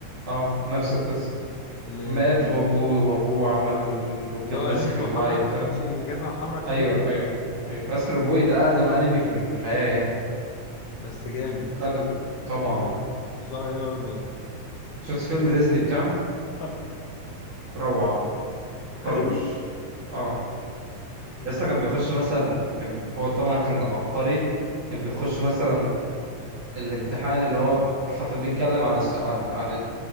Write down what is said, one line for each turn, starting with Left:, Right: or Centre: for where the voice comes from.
Right: اه نفس القصه
Left: اللي,
Right: مات وابوه وابوه عمل من كان
Left: اللي هو
Right: ناسخ
Left: رجله
Right: الوعي
Left: حمرا
Right: بتاعه
Left: ده كوتشي الجزمة الحمرا الكبيرة
Right: ايوه
Left: دي.
Right: ايوه ايوه استرو بوي ده اقدم انمي في الحياه يعني
Left: بس جامد
Right: اقدم طبعا
Left: كنت كنت بتفرج عليه وانا صغير
Right: شفت فيلم ديزني بتاعه
Left: <laughs>
Right: روعه طرش
Left: حلو
Right: اه
Left: نشوف
Right: يا اسطى كان بيخش مثلا كان هو طبعا كان عبقري كان بيخش مثلا الامتحان اللي هو حرفيا بيتكلم عن الس... عن عن